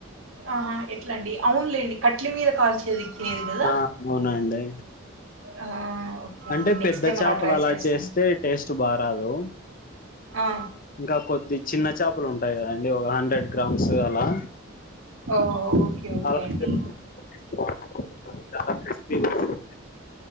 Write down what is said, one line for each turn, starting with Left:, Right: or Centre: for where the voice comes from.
Right: ఆహా ఎట్లా అండి అవునులేండి కట్లే మీద కాల్చిది తినేది కదా
Left: ఆ అవునండి
Right: ఆ అండి
Left: అంటే
Right: నెక్స్ట్
Left: పెద్ద
Right: టైం
Left: చేపలు
Right: ట్రై
Left: అలా
Right: చేస్తాను
Left: చేస్తే టేస్ట్ బారాదు.
Right: ఆ
Left: ఇంకా కొద్ది చిన్న చేపలు ఉంటాయి కదండి రెడ్ గ్రామ్స్ అలా
Right: ఓ ఓకే ఓకే
Left: అలా <unintelligible>
Right: అండి
Left: చాలా క్రిస్పిగా